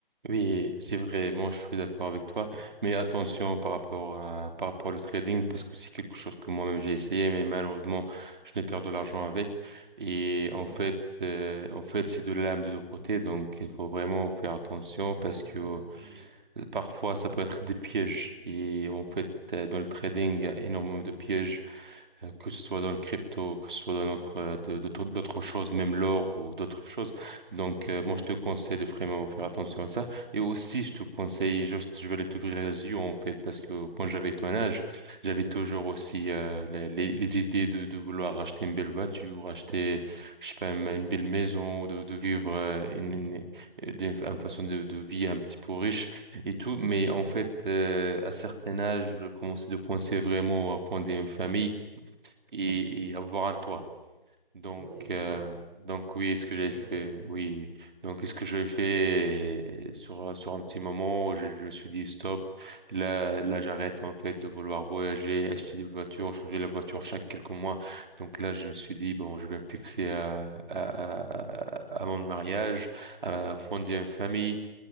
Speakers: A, on the right; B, in the centre.
A: Oui, c'est vrai, moi je suis d'accord avec toi, mais attention par rapport à, par rapport au trading, parce que c'est quelque chose que moi-même j'ai essayé, mais malheureusement je n'ai perdu de l'argent avec. Et en
B: Ouais,
A: fait, euh, en fait c'est de l'âme de deux côtés, donc il faut vraiment faire attention parce
B: ouais,
A: que
B: effectivement.
A: euh, parfois ça peut être des pièges. Et en fait, euh, dans le trading, il y a énormément de pièges euh, que ce soit dans le crypto, que ce soit dans notre, euh, de- d'autres d'autres choses, même l'or ou d'autres choses. Donc, euh,
B: Ouais,
A: moi, je te conseille de vraiment faire attention à ça. Et aussi, je te conseille, juste, je vais t'ouvrir les yeux, en fait, parce que quand j'avais ton âge, j'avais toujours aussi euh, les, les, les idées de, de vouloir acheter une belle voiture, acheter, je sais pas, une, une belle maison, de, de vivre euh, une,
B: ouais.
A: une, euh, d'une- une façon de, de vie un petit peu riche et tout. Mais en fait, euh, à certain âge, je commençais de penser vraiment à fonder une famille et, et avoir un toit. Donc,
B: Oui, effectivement.
A: euh, donc oui, ce
B: Il
A: que
B: faut.
A: j'ai fait,
B: euh, ouais.
A: oui. Donc, ce que j'ai fait euh, sur sur un petit moment, je, je me suis dit stop. Là, là, j'arrête en fait de vouloir voyager, acheter des voitures, changer la voiture chaque quelques mois. Donc là, je me suis dit bon, je vais me fixer à à, à, à mon mariage, à fonder une famille